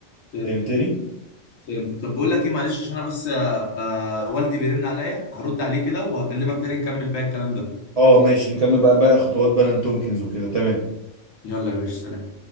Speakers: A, on the left (about 85°); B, on the right (about 55°).
A: فهمت
B: فهمتني
A: فهمت طب بقول لك ايه معلش عشان انا بس آه آه والدي بيرن عليا هرد عليه كده وهكلمك تاني نكمل باقي الكلام ده
B: اه ماشي نكمل بقى بقى خطوات بنان تومكنز وكده تمام
A: يلا يا باشا سلام